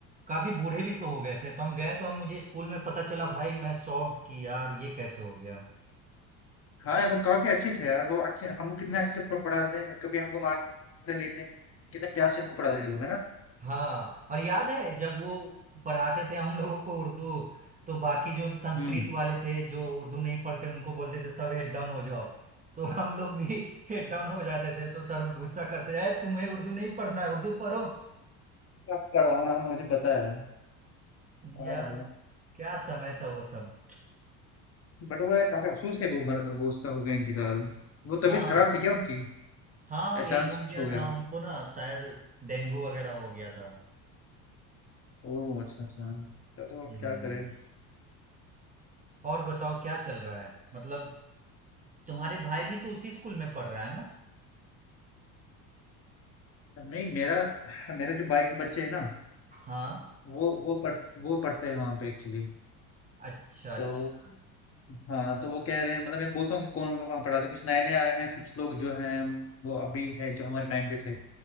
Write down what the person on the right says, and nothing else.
काफी बूढ़े भी तो हो गए थे तो हम गए तो हम मुझे स्कूल में पता चला भाई मैं शॉक्ड कि यार ये कैसे हो गया
हाँ और याद है जब वो पढ़ाते थे हम लोगों को उर्दू तो बाकी जो संस्कृत
वाले थे जो उर्दू नहीं पढ़ते उनको बोलते थे सब हेड डाउन हो जाओ तो हम लोग भी <laughs> हेड डाउन हो जाते थे तो सर गुस्सा करते जाए तुम्हें उर्दू नहीं पढ़ना है उर्दू पढ़ो
यार क्या समय था वो सब
हाँ
हाँ
एज हो
गया
था उनको ना शायद डेंगू वगैरह हो गया था
हम्म
और बताओ क्या चल रहा है मतलब तुम्हारे भाई भी तो उसी स्कूल में पढ़ रहा है ना
हाँ
अच्छा अच्छा